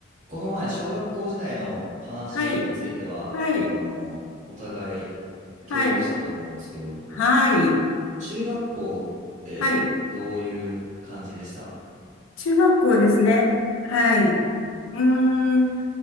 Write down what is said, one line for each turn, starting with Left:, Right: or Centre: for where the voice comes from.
Right: この前、小学校時代の話については、
Left: はい、はい、
Right: あの、お互い
Left: はい、
Right: 共有したと思うんですけど、
Left: はい、
Right: 中学校ってどういう感じでした
Left: はい。中学校ですね。はい。うーん。